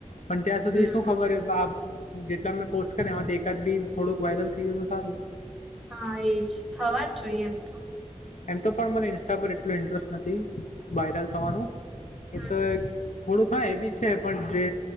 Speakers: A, on the left; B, in the centre.
A: પણ ત્યાં સુધી
B: હમ
A: શું ખબર હે બા જેટલા મેં પોસ્ટ કર્યા આમાંથી એકાદ બી થોડુંક વાયરલ થઈ ગયું સારું.
B: હા એજ થવા જ જોઈએ એમ તો.
A: એમ તો પણ મને ઇન્સ્ટા પર એટલું ઇન્ટરેસ્ટ નથી વાયરલ થવાનું
B: હમ
A: એ તો
B: હમ
A: થોડુંક હા એ બી છે પણ જે